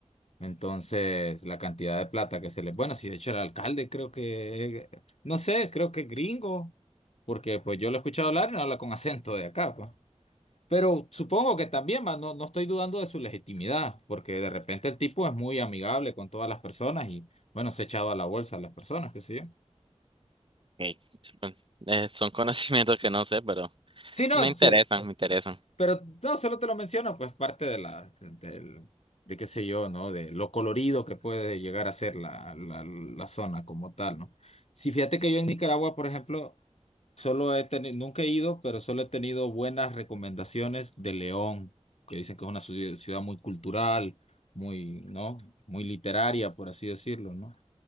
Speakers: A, on the left; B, on the right.
A: Entonces, la cantidad de plata que se le... Bueno, si de hecho el alcalde creo que... No sé, creo que es gringo, porque pues yo lo he escuchado hablar y no habla con acento de acá, pues. Pero supongo que también, va, no, no estoy dudando de su legitimidad, porque de repente el tipo es muy amigable con todas las personas y, bueno, se echaba a la bolsa a las personas, qué sé yo.
B: ok. <laughs> Eh, son conocimientos que no sé, pero.
A: Sí, no,
B: Me interesan,
A: se-
B: me interesan.
A: Pero no, solo te lo menciono, pues parte de la, de- del, de qué sé yo, ¿no? De lo colorido que puede llegar a ser la, la, la zona como tal, ¿no? Sí, fíjate que yo en Nicaragua, por ejemplo, solo he tenido, nunca he ido, pero solo he tenido buenas recomendaciones de León, que dicen que es una ciu- ciudad muy cultural, muy, ¿no? Muy literaria, por así decirlo, ¿no?